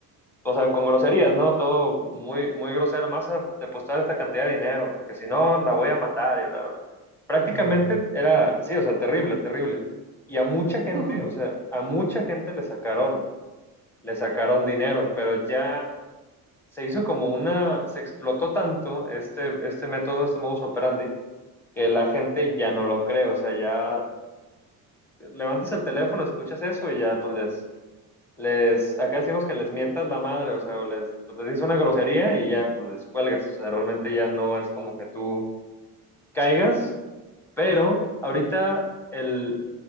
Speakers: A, in the centre; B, on the right.
A: o sea, con groserías, ¿no? Todo muy, muy grosero, más a depositar esta cantidad de dinero, porque si no, la voy a matar y bla, bla, bla. Prácticamente
B: ¡Ay, Dios mío!
A: era, sí, o sea, terrible, terrible. Y a mucha gente,
B: <clears throat>
A: o sea, a mucha gente le sacaron, le sacaron dinero, pero ya se hizo como una, se explotó tanto este, este método, este modus operandi, que la gente ya no lo cree, o sea, ya levantas el teléfono, escuchas eso y ya pues les, les, acá decimos que les mientas la madre, o sea, o les, pues, les dices una grosería y ya pues les cuelgas, o sea, realmente ya no es como que tú caigas, pero ahorita el,